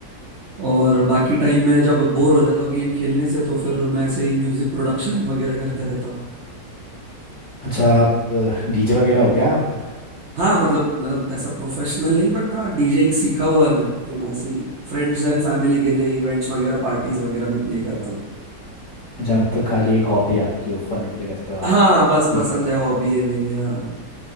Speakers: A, on the right; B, on the left.
A: और बाकी टाइम में जब बोर हो जाता हूँ गेम खेलने से तो फिर मैं ऐसे ही म्यूजिक प्रोडक्शन वगैरह करते रहता हूँ
B: अच्छा आप डीजे वगैरह हो गया आप
A: हाँ मतलब मतलब ऐसा प्रोफेशनल नहीं बट हाँ डीजेइंग सीखा हुआ है मैंने तो मैं ऐसे ही फ्रेंड्स एंड फैमिली के लिए इवेंट्स वगैरह पार्टीज वगैरह में प्ले करता हूँ
B: अच्छा मतलब खाली एक हॉबी है आपकी वो फन के लिए करते हो आप
A: हाँ हाँ बस
B: बीच
A: पसंद
B: बीच
A: है
B: में
A: हॉबी है मेरी हाँ